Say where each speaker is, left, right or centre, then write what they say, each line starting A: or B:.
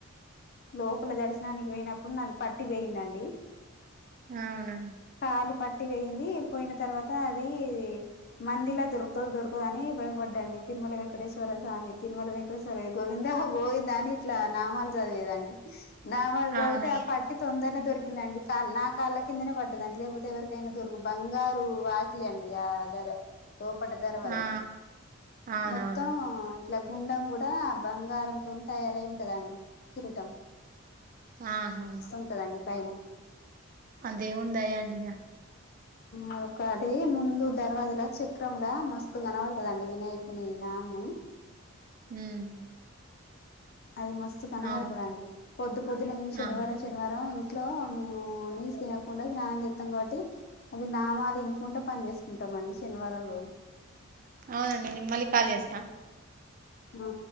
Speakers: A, on the left; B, on the right.
A: లోపల దర్శనానికి పోయినప్పుడు నాది పట్టి పోయిందండి
B: అవునా
A: కాలు పట్టి పోయింది పోయిన ఇన తర్వాత అది మందిలా దొరుకుతు దొరుకదు అని భయపడ్డాడి తిరుమల వెంక వెంకేశ్వర స్వామి తిరుమల వెంకటేశ్వర గోవిందా గోవిందని ఇట్లా నామాలు చదివేదండి నామాలు చదివితే
B: అవునా
A: ఆ పట్టి తొందరనే దొరికిందండి కా నా కాళ్ళ కిందనే పడ్డదండి లేకపోతే ఎవరికి నా దొరకు బంగారు వాక్లే అండి అదర సోపట దర్వాజ
B: ఆ అవునవును
A: మొత్తం ఇట్లా గుండం కూడా బంగారంతోనే తయారై ఉంటదండి కిరటం
B: ఆ హా
A: ఉంటదండి పైన
B: అదేవుని దయా అండి ఇగ
A: ఆ ఒకది ముందు దర్వాజలో చెక్ విక్రండా మస్తు కనపడుతుదండి వినాయకుని నామ
B: ఉమ్
A: అది మస్తు కనబడుతుందిండి
B: అవును
A: పొద్దు పొద్దున శనివారం
B: ఆ
A: శనివారం ఇంట్లో మేము తినకుండా స్నానం చేస్తాం కాబట్టి అవి నామాలు తినకుంటడా పని చేసుకుంటాం అండి శనివారం రోజు
B: అవునండి నేనుమల్లి కాల్ చేస్తా
A: ఆ